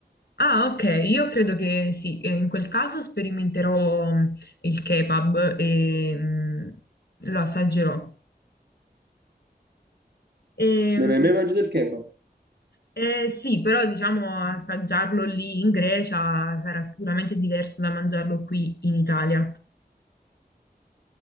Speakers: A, on the left; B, on the right.
A: Ah, ok, io credo che sì, e in quel caso sperimenterò mm, il kebab e mm, lo assaggerò. E,
B: Non hai mai mangiato il kebab,
A: eh, sì, però diciamo assaggiarlo lì in Grecia sarà sicuramente diverso da mangiarlo qui in Italia.